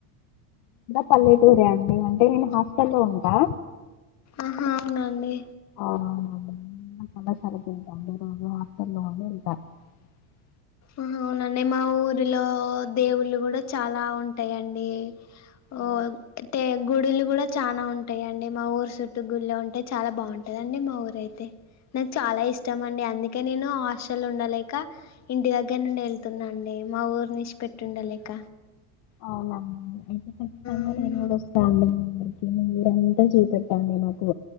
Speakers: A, on the left (about 55°); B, on the left (about 35°).
A: పల్లె టూరే అండి అంటే నేను హాస్టల్లో ఉంటా
B: ఆహా అవునాండి
A: అవునా <unintelligible>
B: ఆహా అవునండి మా ఊరిలో దేవుళ్ళు కూడ చాలా ఉంటయండి ఓ
A: ఆ,
B: తె గుడులు కూడ చానా ఉంటయండి మా ఊరు చుట్టు గుళ్ళే ఉంటయి చాలా బాగుంటదండి మా ఊరయితే నాకు చాలా ఇష్టం అండి అందుకే నేను హాస్టల్ల ఉండలేక ఇంటి దగ్గర నుండి వెళ్తున్నా అండి మా ఊరుని ఇడిషి పెట్టుండలేక
A: అవునాండి అయితే కచ్చితంగ
B: అవును
A: నేను కూడ వస్తా అండి మీ ఊరంత చూపెట్టండి నాకు